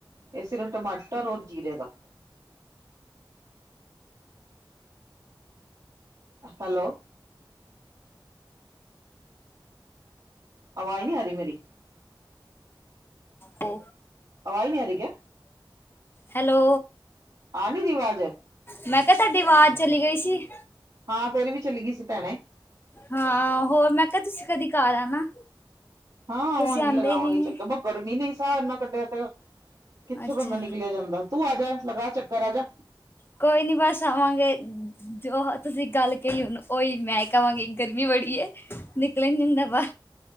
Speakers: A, on the right; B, on the left.
A: ਇਹ ਸਿਰਫ ਟਮਾਟਰ ਔਰ ਜੀਰੇ ਦਾ, ਹੈਲੋ, ਆਵਾਜ਼ ਨੀ ਆ ਰੀ ਮੇਰੀ
B: ਹੋ
A: ਆਵਾਜ਼ ਨੀ ਆ ਰਹੀ ਕਿਆ
B: ਹੈਲੋ,
A: ਆ ਨੀ ਰਹੀ ਆਵਾਜ਼
B: ਮੈਂ ਕਿਹਾ ਤੁਹਾਡੀ ਆਵਾਜ਼ ਚਲੀ ਗਈ ਸੀ।
A: ਹਾਂ ਤੇਰੀ ਵੀ ਚਲੀ ਗਈ ਸੀ ਭੈਣੇ
B: ਹਾਂ ਹੋਰ ਮੈਂ ਕਿਹਾ ਤੁਸੀਂ ਕਦੀ ਘਰ ਆਣਾ
A: ਹਾਂ ਆਵਾਂਗੀ
B: ਤੁਸੀਂ ਆਉਂਦੇ
A: ਲਗਾਵਾਂਗਿ
B: ਹੀ ਨੀ
A: ਚੱਕਰ ਬ ਗਰਮੀ ਨ ਸਾਹ ਇਨਾ ਕੱਢਿਆ ਤੇ ਕਿੱਥੇ
B: ਅੱਛਾ
A: ਬੰਦਾ ਨਿਕਲਿਆ ਜਾਂਦਾ ਤੂੰ ਆ ਜਾ ਲਗਾ ਚੱਕਰ ਆ ਜਾ।
B: ਕੋਈ ਨੀ ਬਸ ਆਵਾਂਗੇ। ਜੋ ਤੁਸੀਂ ਗੱਲ ਕਹੀ ਹੁਣ ਉਹੀ ਮੈਂ ਕਵਾਂਗੀ ਗਰਮੀ ਬੜੀ ਏ। ਨਿਕਲ ਨ ਜਾਂਦਾ ਵਾ